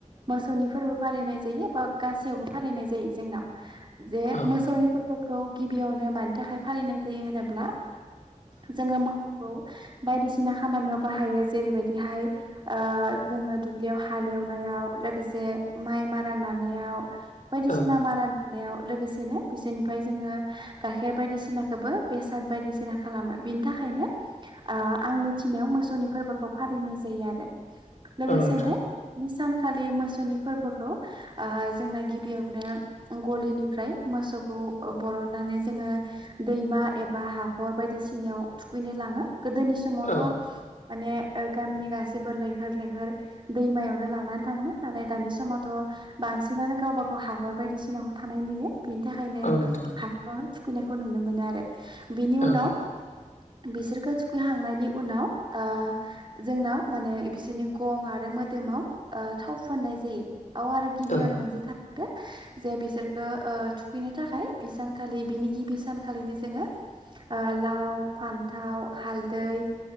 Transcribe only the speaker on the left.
औ
औ
औ नोंथां
औ
औ नोंथां
औ
औ